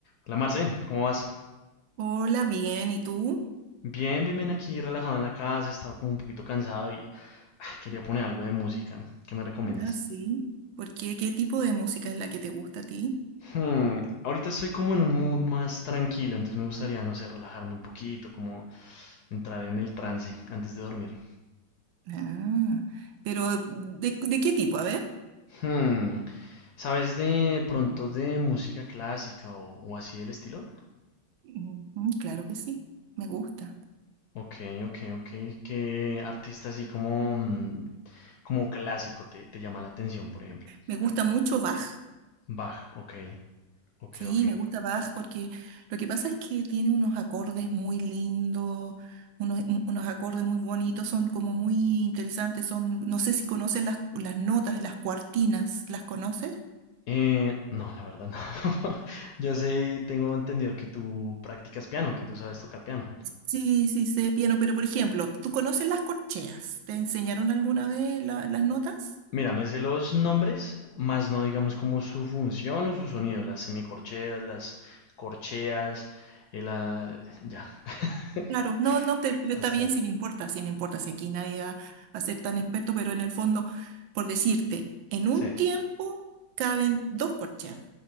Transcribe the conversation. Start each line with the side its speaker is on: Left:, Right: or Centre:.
Left: Hola Marce, ¿cómo vas?
Right: Hola, bien, ¿y tú?
Left: Bien, bien, bien aquí, relajado en la casa, estaba como un poquito cansado y ay, quería poner algo de música. ¿Qué me recomiendas?
Right: Ah, sí. ¿Por qué? ¿Qué tipo de música es la que te gusta a ti?
Left: Hmm, ahorita estoy como en un mood más tranquilo, entonces me gustaría, no sé, relajarme un poquito, como entrar en el trance antes de dormir.
Right: Ah, pero ¿de, de qué tipo? A ver.
Left: Hmm, ¿sabes de pronto de música clásica o, o así del estilo?
Right: Ujú, claro que sí, me gusta.
Left: Ok, ok, ok. ¿Qué artista así como, mm, como clásico te, te llama la atención, por ejemplo?
Right: Me gusta mucho Bach.
Left: Bach, ok, ok,
Right: Sí,
Left: ok.
Right: me gusta Bach porque lo que pasa es que tiene unos acordes muy lindos, unos, un- unos acordes muy bonitos, son como muy interesantes, son, no sé si conoces las, las notas, las cuartinas, ¿las conoces?
Left: Eh, no, la verdad no. <laughs> Yo sé y tengo entendido que tú practicas piano, que tú sabes tocar piano.
Right: Sí, sí, sé piano, pero por ejemplo, ¿tú conoces las corcheas? ¿Te enseñaron alguna vez la- las notas?
Left: Mira, me sé los nombres, más no digamos como su función o su sonido, las semicorcheas, las corcheas, eh, la... ya. <laughs>
Right: Claro, no, no, pero, pero
Left: Hasta
Right: está bien
Left: ahí.
Right: si no importa, si no importa, si aquí nadie va a ser tan experto, pero en el fondo, por decirte, en un
Left: Sí,
Right: tiempo caben dos corcheas,